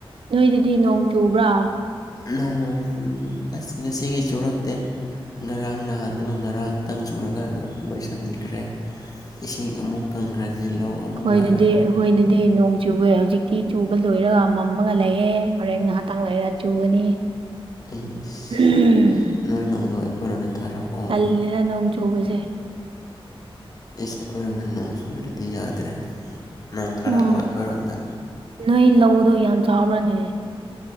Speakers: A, on the right; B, on the left.
A: ꯅꯣꯏꯗꯗꯤ ꯅꯣꯡ ꯆꯨꯕ꯭ꯔꯥ
B: ꯅꯣꯡ ꯑꯁ ꯉꯁꯤꯒꯤ ꯆꯨꯔꯛꯇꯦ ꯉꯔꯥꯡ ꯅꯍꯥꯟꯗꯨꯒ ꯉꯔꯥꯡ ꯈꯇꯪ ꯆꯨꯔꯒ ꯂꯣꯏꯁꯟꯈ꯭ꯔꯦ ꯏꯁꯤꯡ ꯑꯃꯨꯛ ꯀꯪꯈ꯭ꯔꯗꯤ ꯂꯧ ꯑꯃꯨꯛ
A: ꯈꯣꯏꯗꯗꯤ
B: ꯌꯥꯔꯔꯣꯏ
A: ꯑꯈꯣꯏꯗꯗꯤ ꯅꯣꯡ ꯆꯨꯑꯦ ꯍꯧꯖꯤꯛꯇꯤ ꯆꯨꯕ ꯂꯣꯏꯔꯒ ꯃꯝꯃꯒ ꯂꯩꯑꯦ ꯍꯣꯔꯦꯟ ꯉꯍꯥꯇꯪ ꯂꯩꯔ ꯆꯨꯒꯅꯤ
B: ꯏꯁ
A: ꯎꯝ
B: ꯅꯣꯏ ꯅꯣꯡꯗꯣ ꯑꯩꯈꯣꯏꯔꯣꯝꯗ ꯊꯥꯔꯛꯑꯣ
A: ꯇꯜꯂꯤꯗ ꯅꯣꯡ ꯆꯨꯕꯖꯦ
B: ꯏꯁ ꯑꯩꯈꯣꯏꯔꯣꯝꯗ ꯅꯣꯡ ꯆꯨꯗ꯭ꯔꯗꯤ ꯌꯥꯗ꯭ꯔꯦ ꯅꯣꯡ ꯊꯥꯔꯛꯑꯣ
A: ꯑꯣ
B: ꯑꯩꯈꯣꯏꯔꯣꯝꯗ
A: ꯅꯣꯏ ꯂꯧꯗꯣ ꯌꯥꯝ ꯆꯥꯎꯕ꯭ꯔꯅꯦ